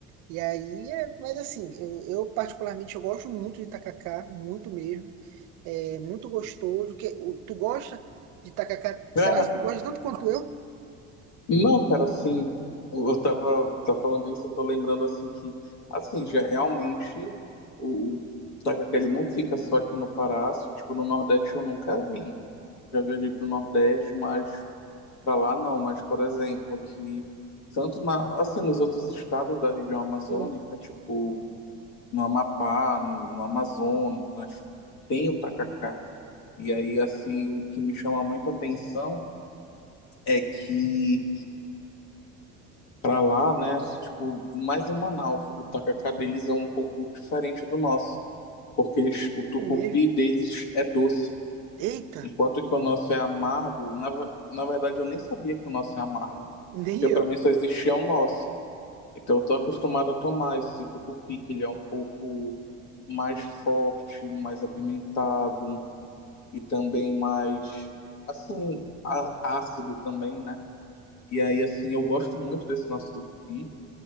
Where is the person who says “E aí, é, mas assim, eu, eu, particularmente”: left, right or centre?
Right